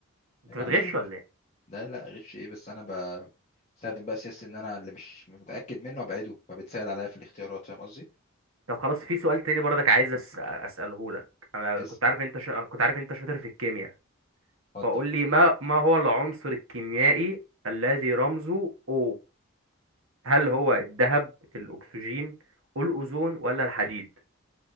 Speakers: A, on the right (about 70°); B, on the left (about 30°).
A: انت
B: يبقى
A: بتغش
B: عليك
A: ولا إيه؟
B: لا لا غش ايه بس انا ب- بستخدم بقى سياسة ان انا اللي مش مش متأكد منه ابعده فبتسهل عليا في الاختيارات فاهم قصدي
A: طب خلاص في سؤال تاني برضك عايز أس- اساله لك انا
B: بس
A: كنت عارف انت شا... كنت عارف انت شاطر في الكيمياء
B: اتفضل
A: فقول لي ما ما هو العنصر الكيميائي الذي رمزه O هل هو الذهب الاكسجين الاوزون ولا الحديد